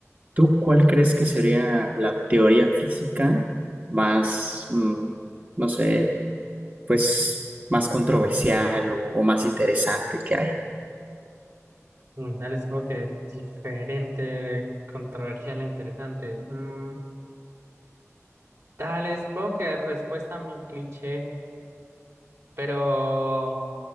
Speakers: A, on the right; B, on the right.
A: ¿tú cuál crees que sería la teoría física más, mm, no sé, pues más controversial o, o más interesante que hay?
B: Mm, Dale, supongo que diferente, controversial e interesante. Mm, dale, supongo que respuesta a mi cliché, pero